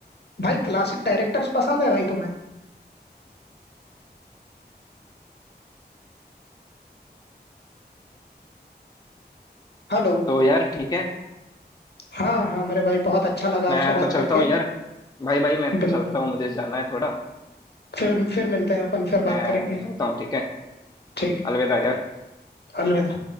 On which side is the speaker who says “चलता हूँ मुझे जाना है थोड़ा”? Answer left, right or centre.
Left